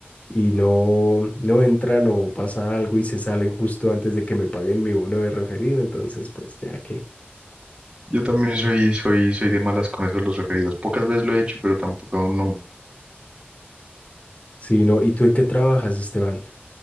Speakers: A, on the left (about 35°); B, on the right (about 25°).
A: y no, no entran o pasa algo y se salen justo antes de que me paguen mi bono de referido, entonces pues ya que.
B: Yo también soy, soy, soy de malas con eso de los referidos. Pocas veces lo he hecho, pero tampoco no.
A: Sí, no, ¿y tú en qué trabajas, Esteban?